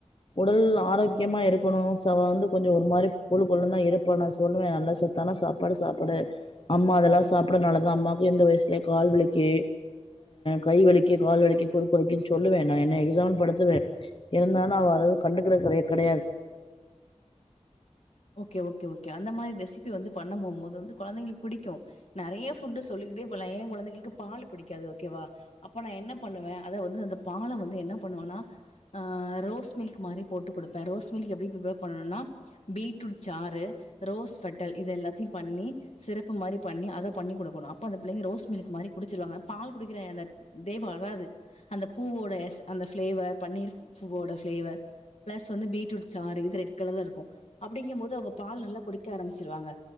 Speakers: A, on the left; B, on the left.
A: உடல் ஆரோக்கியமா இருக்கணும் சோ அவ வந்து கொஞ்சோ ஒரு மாதிரி கொழுகொழுனுதா இருப்ப நா சொல்லுவேன் நல்ல ச த்தான சாப்பாடு சாப்பாடு அம்மா அதெல்லா சாப்டாதனாலதா அம்மாக்கும் இந்த வயசுலயே கால் வலி க்கி கை வலிக்கு கால் வலிக்கு குறுக்க வலக்குன்னு சொல்லுவேன் நான் என்ன எக்ஸாம்பிள்ளா எடுத்துக்வே இருந்தாலும் அவ அவ்ளோக்கு கண்டுகிறது கிட கிடையாது
B: ஓகே ஓகே ஓகே அந்த மாதிரி ரெசிபி வந்து பண்ண போகும்போது வந்து குழந்தைங்களுக்கு பிடிக்கும் நறைய ஃபுட்டு் சொல்லிக்கிட்டே போலா ஏ கொழந்தைளுக்கு பால் பிடிக்காது ஓகேவா அப்ப நா என்ன பண்ணுவே அத வந்து அந்த பால வந்து என்ன பண்ணுவேன்னா அ ரோஸ் மில்க் மாரி போட்டுக் குடுப்பே ரோஸ் மில்க் எப்டி பிரிப்பேர் பண்ணணும்னா பீட்ரூட் சாரு ரோஸ்ஃபெட்டல் இது எல்லாத்தையு பண்ணி சிரப்பு மாரி பண்ணி அத பண்ணி குடுக்கனும் அப்ப அந்த பிள்ளைங்க ரோஸ் மில்க் மாரி குடிச்சிடுவாங்க பால் குடிக்கிற அந்த இதே வராது அந்த பூவோட அந்த பிளேவர் பன்னீர் பூவோட பிளேவர் பிளஸ் வந்து பீட்ரூட் சார் இது ரெட் கலர்ல இருக்கு அப்டிங்க போது அவங்க பால் நல்லா குடிக்க ஆரம்பிச்சிருவாங்க